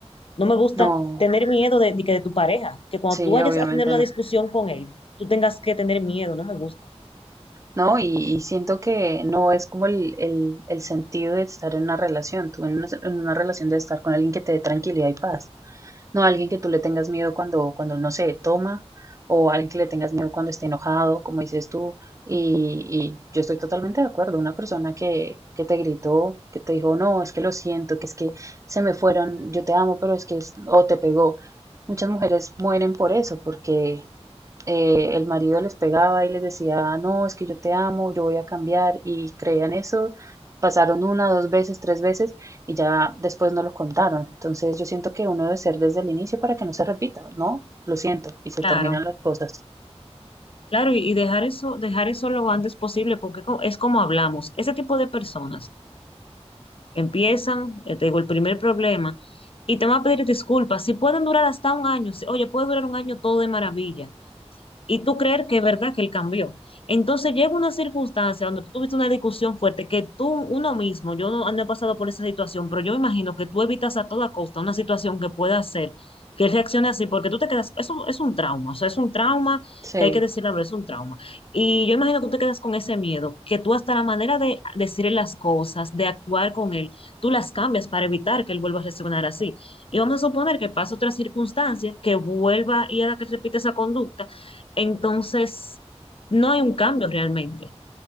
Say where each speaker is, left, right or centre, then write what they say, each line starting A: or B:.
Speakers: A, on the left; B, on the right.
A: No me gusta
B: No,
A: tener miedo de, de que de tu pareja, que cuando
B: sí,
A: tú vayas
B: obviamente
A: a tener una
B: no.
A: discusión con él, tú tengas que tener miedo, no me gusta.
B: No, y, y siento que no es como el, el, el sentido de estar en una relación, tú en una, en una relación de estar con alguien que te dé tranquilidad y paz. no alguien que tú le tengas miedo cuando, cuando no sé, toma, o alguien que le tengas miedo cuando esté enojado, como dices tú. Y, y yo estoy totalmente de acuerdo. Una persona que, que te gritó, que te dijo, no, es que lo siento, que es que se me fueron, yo te amo, pero es que, es- o te pegó. Muchas mujeres mueren por eso, porque eh, el marido les pegaba y les decía, no, es que yo te amo, yo voy a cambiar, y creían eso. Pasaron una, dos veces, tres veces y ya después no lo contaron. Entonces yo siento que uno debe ser desde el inicio para que no se repita, ¿no? Lo siento, y se
A: Claro,
B: terminan las cosas.
A: claro, y y dejar eso, dejar eso lo antes posible, porque co- es como hablamos. Ese tipo de personas empiezan, eh, te digo, el primer problema y te van a pedir disculpas. Si pueden durar hasta un año, si- oye, puede durar un año todo de maravilla, y tú creer que es verdad que él cambió. Entonces llega una circunstancia donde tú tuviste una discusión fuerte que tú, uno mismo, yo no, no he pasado por esa situación, pero yo me imagino que tú evitas a toda costa una situación que pueda hacer que él reaccione así, porque tú te quedas, eso es un trauma, o sea, es un trauma
B: Sí.
A: que hay que decir la verdad, es un trauma. Y yo imagino que tú te quedas con ese miedo, que tú hasta la manera de decirle las cosas, de actuar con él, tú las cambias para evitar que él vuelva a reaccionar así. Y vamos a suponer que pasa otra circunstancia, que vuelva y haga que repita esa conducta entonces, no hay un cambio realmente.